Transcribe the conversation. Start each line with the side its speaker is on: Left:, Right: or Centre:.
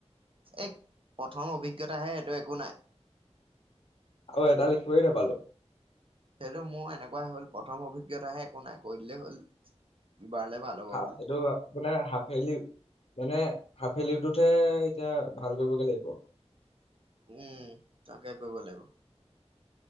Right: এই প্ৰথম অভিজ্ঞতাহে এইটো একো নাই।
Left: আও এটা লিখিবলে নাপালো।
Right: সেইটো মোৰ এনেকুৱাই হ'ল প্ৰথম অভিজ্ঞতাহে একো নাই কৈ দিলেই হ'ল। বাৰলে ভাল হ'ব
Left: হা
Right: বুলি
Left: এইটো আপোনাৰ হাফেলি মানে হাফেলিটোতহে এতিয়া ভাল কৰিবগে লাগিব।
Right: উম তাকে কৰিব লাগিব।